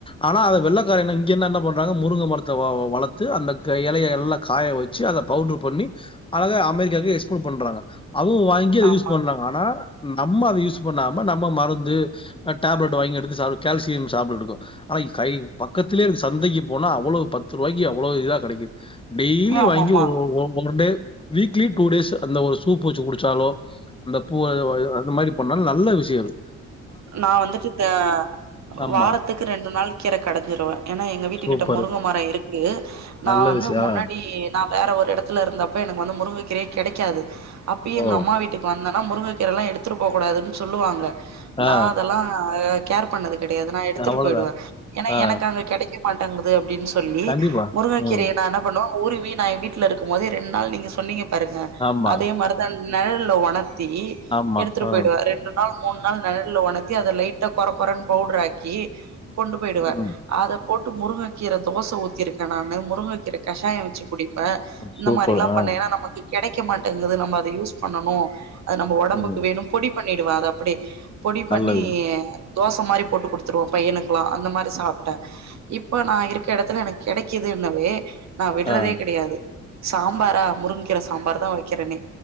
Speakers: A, on the left (about 15°); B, on the right (about 65°).
A: ஆனா அவ வெள்ளக்கார என்ன இங்க என் என்ன பண்றாங்க முருங்க மரத்த வ வளத்து அந்த க எலய எல்லா காய வச்சு அத பவுட்ரு பண்ணி அழகா அமெரிக்காக்கு எக்ஸ்ஃபோர்ட் பண்றாங்க அவுங்க வாங்கி அத
B: ஆமா
A: யூஸ் பண்றாங்க ஆனா நம்ம அத யூஸ் பண்ணாம நம்ம மருந்து டேப்லெட் வாங்கி எடுத்து சாப் கால்சியம் சாப்ட்டுட்ருக்கோ ஆனா கை பக்கத்திலேருக்கு சந்தைக்கு போனா அவ்ளோ பத்து ரூவாய்க்கு அவ்ளோ இதா கெடக்கிது டெய்லீ
B: ஆமாமா
A: வாங்கி ஒரு ஒரு one day weekly two days அந்த ஒரு சூப் வச்சு குடிச்சாலு அந்த பூவ அ அ அந்த மாரி பண்ணாலு நல்ல விஷயோ இரு
B: நா வந்துட்டு தே
A: ஆமா.
B: வாரத்துக்கு ரெண்டு நாள் கீர கடஞ்சிருவே ஏன்னா எங்க வீட்டுகிட்ட
A: சூப்பரு.
B: முருங்க மரோ இருக்கு நா
A: நல்ல
B: வந்து
A: விஷயம்.
B: முன்னடி
A: ஆ.
B: நா வேற ஒரு எடத்துல இருந்தப்ப எனக்கு வந்து முருங்க கிரயே கெடைக்காது அப்ப எங்க
A: ஓ!
B: அம்மா வீட்டுக்கு வந்தன் னா முருங்கக்கீரல்லா எடுத்துட்டு போகூடாதுன்னு சொல்லுவாங்க நா
A: ஆ.
B: அதெல்லா கேர் பண்ணது கெடையாது நா எடுத்துட்டு
A: அவ்வளதான்.
B: போயிடுவே ஏன்னா
A: ஆ.
B: எனக்கு அங்க கெடைக்கா மாட்டாங்கிது அப்டின்னு சொல்லி
A: கண்டிப்பா.
B: முருங்கக்கீரையனானாப்
A: ம்.
B: பண்ணுவோ ஊருவி நா வீட்ல இருக்குபோதே ரெண்டு நாள் நீங்க சொன்னீங்க பாருங்க
A: ஆமா,
B: அதே மாரி நன் நெழல்ல ஒணத்தி
A: ஆமா.
B: எடுத்துட்டு
A: ஆ.
B: போய்டுவே ரெண்டு நாள் மூணு நாள் நெழல்ல ஒணத்தி அத லைட்டா கொர கொரன் பவுடராக்கி கொண்டு போயிடுவே
A: ம்.
B: அதப் போட்டு முருங்கக்கீர தோச ஊத்திருக்கே நானு முருங்கக்கீர கஷாயோ வச்சு குடிப் ப இந்த
A: சூப்பர்.
B: மாரில்லா
A: ஆ.
B: பண்ணே ஏன்னா நமக்கு கெடைக்க மாட்டேங்குது நம்ம அத யூஸ் பண்ணணு அது நம்ம ஒடம்புக்கு
A: ம்.
B: வேணு பொடி பண்ணிடுவே அத அப்டியே பொடி
A: நல்லது.
B: பண்ணீ தோச மாரி போட்டு குடுத்துருவே பையனுக்கெல்லா அந்த மாரி சாப்ட்டே இப்ப நா இருக்க எடத்துல எனக்கு கெடைக்குதுன்னவே நா விட்றதே
A: ஆ.
B: கெடயாது சாம்பாரா முருங்கீர சாம்பார்தா வைக்கிறனே